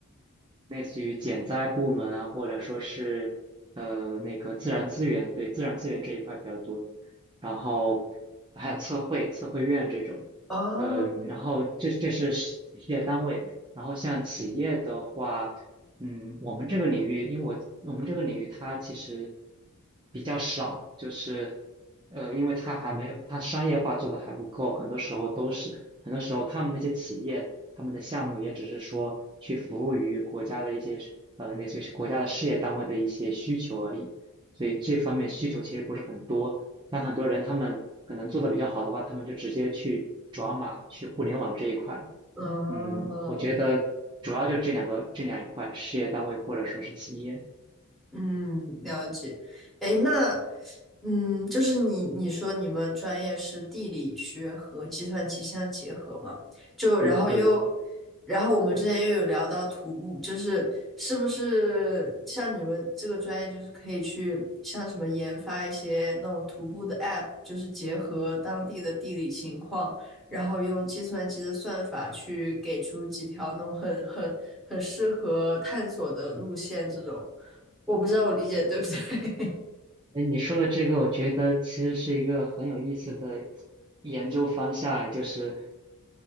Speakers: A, on the right; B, in the centre.
A: 类似于减灾部门啊，或者说是呃那个自然资源，对自然资源这一块比较多，然后还有测绘、测绘院这种，
B: 哦，
A: 嗯，然后这这是事事业单位，然后像企业的话，嗯，我们这个领域，因为我我们这个领域它其实比较少，就是呃，因为它还没有它商业化做的还不够，很多时候都是很多时候他们那些企业。他们的项目也只是说去服务于国家的一些呃类似于是国家的事业单位的一些需求而已，所以这方面需求其实不是很多。但很多人他们可能做的比较好的话，他们就直接去转码去互联网这一块了
B: 哦，
A: 嗯，我觉得主要就这两个这两一块，事业单位或者说是企业。
B: 嗯，了解。哎，那，嗯，就是你你说你们专业是地理学和计算机相结合嘛？就然后又，
A: 嗯，对。
B: 然后我们之前又有聊到徒步，就是是不是像你们这个专业，就是可以去像什么研发一些那种徒步的 app，就是结合当地的地理情况，然后用计算机的算法去给出几条那种很很很适合探索的路线这种。我不知道我理解对不对。
A: 哎，你说的这个，我觉得其实是一个很有意思的研究方向，也就是